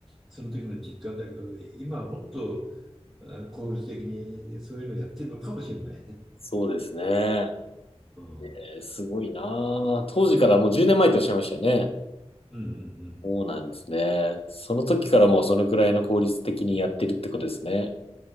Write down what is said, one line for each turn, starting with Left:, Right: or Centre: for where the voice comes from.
Centre: その時の実感だけど今はもっと効率的にそういうのやってるのかもしれないね。
Left: そうですね。
Centre: うんうん
Left: えーすごいなあ当時からもう10年前とおっしゃいましたよね。
Centre: うんうん。
Left: そうなんですね。その時からもうそのくらいの効率的にやってるってことですね。